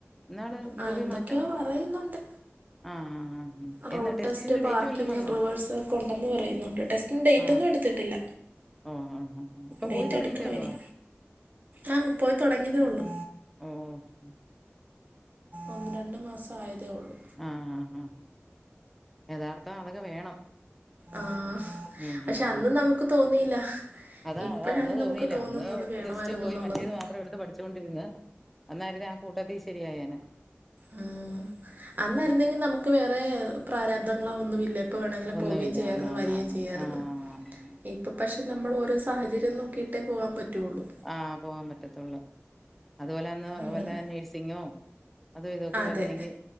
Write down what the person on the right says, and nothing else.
ആ എന്തൊക്കെയോ
പറയുന്നുണ്ട്
റോഡ്
ടെസ്റ്റ് പാർക്കിങ്ങ്
റ്രിവേഴ്സൊ ക്കെ ഉണ്ടന്ന് പറയുന്നുണ്ട് ടെസ്റ്റിന്റെ ഡൈറ്റൊന്നും
എട്ത്തിട്ടില്ല
ഡൈറ്റട്ക്ക്ണ്
വനി ആങ്ങ് പോയി തൊടങ്ങിയതേ ഉള്ളു
ഒന്ന് രണ്ട് മാസായതേ ഒള്ളു
ആഹ്
പക്ഷെ
അന്ന്
നമ്ക്ക് തോന്നിയില്ല
ഇപ്പോഴാണ്
നമുക്ക് തോന്നുന്നത്
വേണമായിരുന്നു
എന്നുള്ളത്
ഉം അന്നായിരുന്നെങ്കിൽ നമുക്ക് വേറെ പ്രാരാബ്ദങ്ങളോ ഒന്നുമില്ല പ്പ വേണങ്കിലും
പോകേം ചെയ്യാര്ന്നു
വരികേം
ചെയ്യാര്ന്നു
അപ്പം പക്ഷെ നമ്മൾ ഓരോ സാഹചര്യം നോക്കിയിട്ടേ പോകാൻ പറ്റുകയൊള്ളൂ
അങ്ങനെ
അതെ